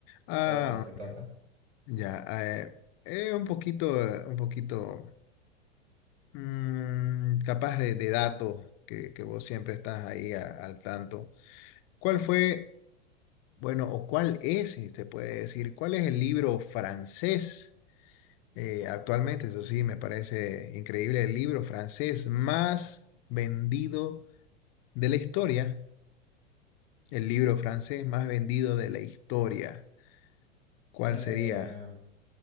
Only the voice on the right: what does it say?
ok, te toca.
Eh,